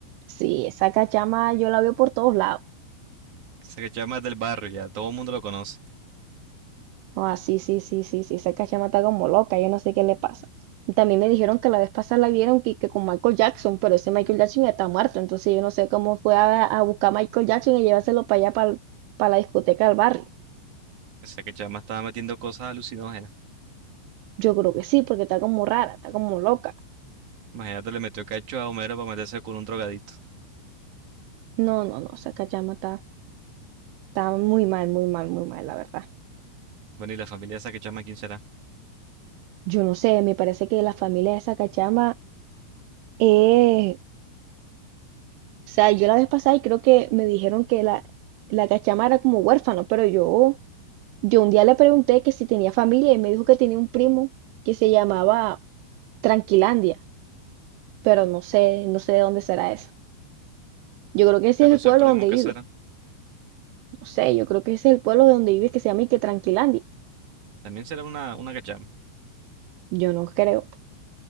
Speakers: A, on the right; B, on the right.
A: Sí, esa cachama yo la veo por todos lados.
B: Esa cachama es del barrio ya, todo el mundo lo conoce.
A: Oh, Ah, sí, sí, sí, sí, sí, esa cachama está como loca, yo no sé qué le pasa. Y También me dijeron que la vez pasada la vieron que, que con Michael Jackson, pero ese Michael Jackson ya está muerto, entonces yo no sé cómo fue a, a buscar a Michael Jackson y llevárselo para allá, para, la discoteca del barrio.
B: Esa cachama estaba metiendo cosas alucinógenas.
A: Yo creo que sí, porque está como rara, está como loca.
B: Imagínate, le metió cacho a Homero para meterse con un drogadito.
A: No, no, no, esa cachama está, está muy mal, muy mal, muy mal, la verdad.
B: Bueno, y la familia de esa cachama, ¿quién será?
A: Yo no sé, me parece que la familia de esa cachama es... O sea, yo la vez pasada y creo que me dijeron que la, la cachama era como huérfano, pero yo... Yo un día le pregunté que si tenía familia y me dijo que tenía un primo que se llamaba Tranquilandia, pero no sé, no sé de dónde será eso. Yo creo que ese
B: Pero
A: es el
B: ese
A: pueblo
B: primo
A: donde
B: que
A: vive.
B: será,
A: No sé, yo creo que ese es el pueblo de donde vive que se llama y que Tranquilandia.
B: también será una, una cachama.
A: Yo no creo.